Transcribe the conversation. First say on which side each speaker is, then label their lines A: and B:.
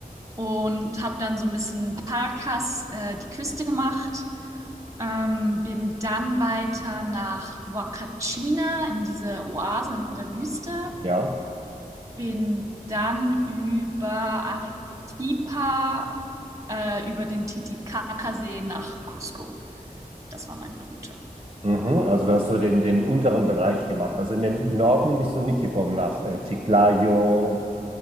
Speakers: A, on the right; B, on the right.
A: und habe dann so ein bisschen Paracas, äh, die Küste gemacht. Ähm, bin dann weiter nach Huacachina in diese Oase in der Wüste.
B: Ja.
A: Bin dann über Arequipa, äh, über den Titicacasee nach Cusco. Das war meine Route.
B: Mhm, also du hast so den, den unteren Bereich gemacht. Also in den Norden bist du nicht gekommen, nach äh, Chiclayo,